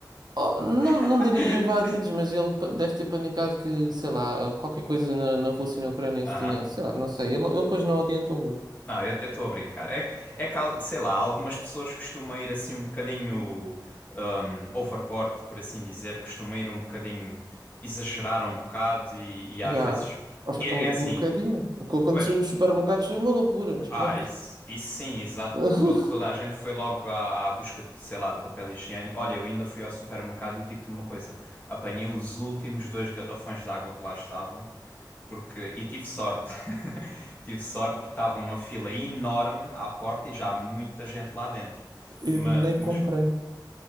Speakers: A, on the right; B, on the left.
A: oh, não, não
B: <laughs>
A: diria invadidos, mas ele pa- deve ter panicado que, sei lá, qualquer coisa na, na Rússia e na Ucrânia
B: Aham.
A: se tinha, sei lá, não sei, ele, ele depois não adiantou muito.
B: Não, eu estou a brincar. É, que- é que, al- sei lá, algumas pessoas costumam ir assim um bocadinho um, overboard, por assim dizer, costumam ir um bocadinho, exagerar um bocado e, e às
A: Já,
B: vezes. É,
A: um
B: é assim,
A: um bocadinho. O que aconteceu
B: pois,
A: nos supermercados foi uma loucura, mas
B: Ah,
A: pronto.
B: isso, isso sim, exato,
A: <laughs>
B: porque todo- toda a gente foi logo à, à busca de, sei lá, do papel higiênico. Olha, eu ainda fui ao supermercado e digo-te uma coisa: apanhei os últimos dois garrafões de água que lá estavam, porque, e tive sorte. <laughs> Tive sorte porque estava uma fila enorme à porta e já há muita gente lá dentro.
A: Eu
B: Mas,
A: nem
B: mas
A: comprei.